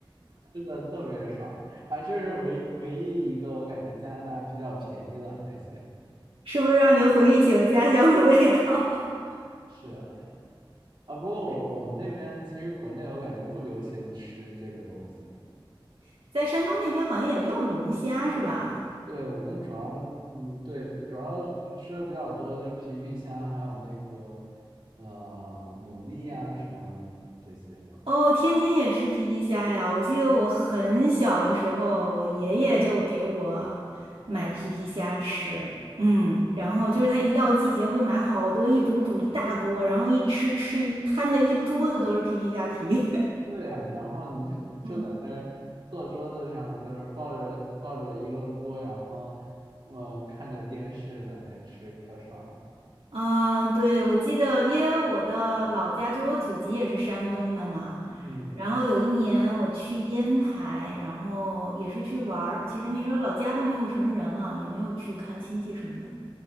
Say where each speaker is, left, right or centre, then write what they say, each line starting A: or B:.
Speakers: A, on the right; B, on the right.
A: 吃的特别爽啊，这是唯唯一一个我感觉加拿大比较便宜的海鲜，
B: 是不是让你回忆起了家乡的味道？
A: 是啊，啊不过我我们那边其实国内我感觉不流行吃这个东西。
B: <laughs> 在山东那边好像也没有龙虾，是吧？
A: 对，我们主要，嗯，对，主要吃的比较多，就皮皮虾，还有那个，呃，牡蛎啊，什么这些的。
B: 哦，天津也吃皮皮虾呀。我记得我很小的时候，我爷爷就给我买皮皮虾吃，嗯，然后就是他一到季节会买好多，一煮煮一大锅，然后一吃吃一摊的一桌子都是皮皮虾皮。
A: 对呀，然后你就就在那儿坐桌子上，
B: <laughs> 嗯。
A: 就是抱着抱着一个锅，然后，呃，看着电视在那儿吃，可爽了。
B: 啊，对，我记得，因为我的老家就我祖籍也是山东的嘛，
A: 嗯，
B: 然后有一年我去烟台，然后也是去玩儿。其实那时候老家都没有什么人了，也没有去看亲戚什么的。